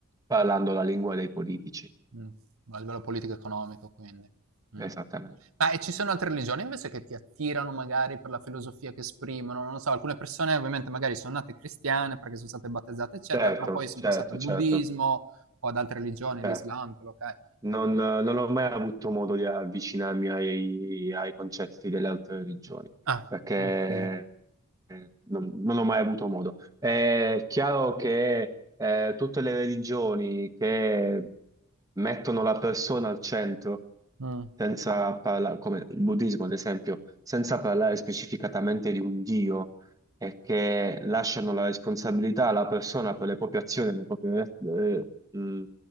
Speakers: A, on the right; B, on the right.
A: parlando la lingua dei politici,
B: Mh, a livello politico economico quindi. Mh.
A: esattamente.
B: Ma e ci sono altre religioni invece che ti attirano magari per la filosofia che esprimono? Non lo so, alcune persone ovviamente magari sono nate cristiane perché son state battezzate eccetera,
A: Certo,
B: però poi son
A: certo,
B: passate al
A: certo,
B: buddismo o ad altre religioni,
A: certo.
B: l'Islam, quello che è.
A: Non, non ho mai avuto modo di avvicinarmi ai, ai concetti delle altre religioni,
B: Ah,
A: perché
B: okay.
A: eh, non, non ho mai avuto modo. È chiaro che eh, tutte le religioni che mettono la persona al centro,
B: Mh.
A: senza parlare, come il buddismo ad esempio, senza parlare specificatamente di un Dio è che lasciano la responsabilità alla persona per le proprie azioni, e le proprie re- eh, mh,